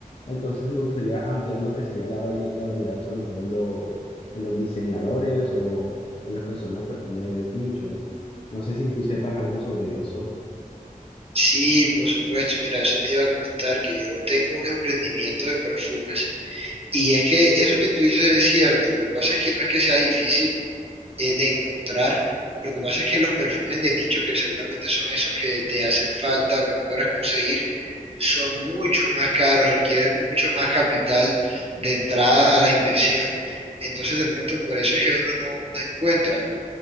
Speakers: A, on the left; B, on the right.
A: Entonces me gustaría ampliar lo que sería la, varie- la variedad, sobre todo en, lo- en los diseñadores o en los que son los perfumes nichos. No sé si tú sepas algo sobre eso.
B: Sí, por supuesto. Mira, eso te iba a comentar, que yo tengo un emprendimiento de perfumes y es que eso que tú dices es cierto. Lo que pasa es que no es que sea difícil eh, de encontrar. Lo que pasa es que los perfumes de nicho, que seguramente son esos que te hacen falta o que no logras conseguir, son mucho más caros, requieren mucho más capital de entrada a la inversión. Entonces, de pronto, por eso es que uno no, no encuentra.